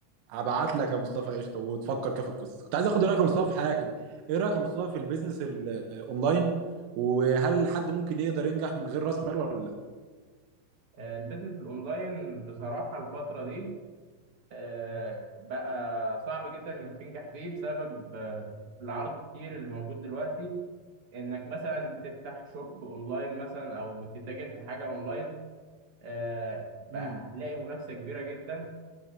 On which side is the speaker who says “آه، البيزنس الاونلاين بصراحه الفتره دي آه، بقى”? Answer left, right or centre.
Right